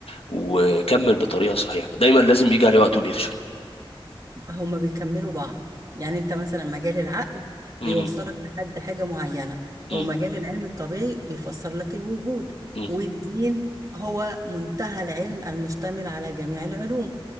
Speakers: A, on the left; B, on the right.
A: وكمل بطريقه صحيحه دايما لازم بيجي عليه وقت وبيفشل
B: هما بيكملوا بعض يعني انت مثلا مجال العقل
A: مم.
B: بيوصلك لحد حاجة معينة
A: مم.
B: ومجال العلم الطبيعي بيفسر لك الوجود
A: مم.
B: والدين هو منتهى العلم المشتمل على جميع العلوم